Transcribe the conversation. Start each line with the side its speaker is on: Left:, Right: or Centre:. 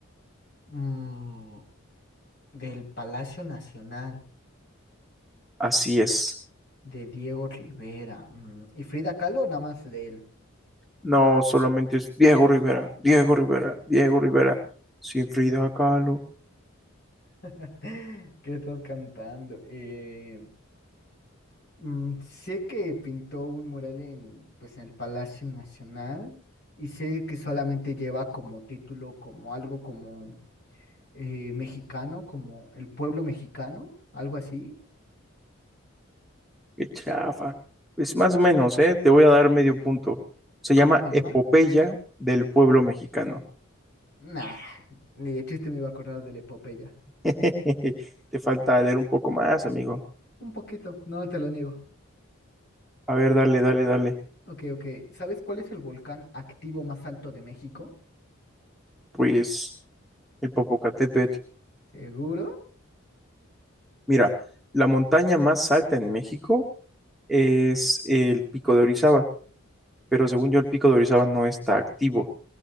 Left: mm, del Palacio Nacional
Centre: Así es.
Left: de Diego Rivera mm, y Frida Kahlo, nada más de él.
Centre: No, solamente es Diego Rivera, Diego Rivera, Diego Rivera, sin Frida Kahlo,
Left: <laughs> ¿Qué estás cantando? Eh, mm, sé que pintó un mural en, pues, en el Palacio Nacional y sé que solamente lleva como título, como algo como eh, mexicano, como el pueblo mexicano, algo así.
Centre: qué chafa. Pues más o menos, ¿eh? Te voy a dar medio punto. Se
Left: ¿Cómo
Centre: llama
Left: se llama?
Centre: Epopeya del pueblo mexicano.
Left: Nah, ni de chiste me iba a acordar de la epopeya.
Centre: <laughs> Te falta leer un poco más, amigo.
Left: Un poquito, no te lo niego.
Centre: A ver, dale, dale, dale.
Left: Ok, ok. ¿Sabes cuál es el volcán activo más alto de México?
Centre: Pues el Popocatépetl.
Left: ¿Seguro?
Centre: Mira, la montaña más alta en México es el Pico de Orizaba, pero según yo el Pico de Orizaba no está activo.